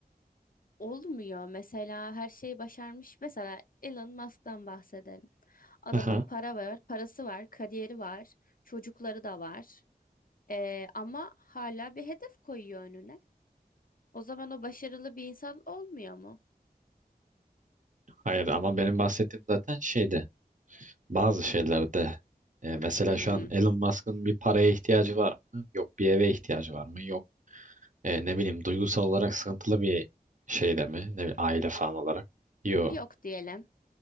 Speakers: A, on the left; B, on the right.
A: Olmuyor mesela her şeyi başarmış. Mesela Elon Musk'tan bahsedelim. Adamın
B: Aha.
A: para var, parası var, kariyeri var, çocukları da var. Ee, ama hala bir hedef koyuyor önüne. O zaman o başarılı bir insan olmuyor mu?
B: Hayır ama benim bahsettiğim zaten şeyde bazı şeylerde e, mesela
A: Hmm,
B: şu an Elon Musk'ın bir paraya ihtiyacı var mı? Yok bir eve ihtiyacı var mı? Yok. E, ne bileyim duygusal olarak sıkıntılı bir şeyde mi? Ne bileyim aile falan olarak. Yok.
A: yok diyelim.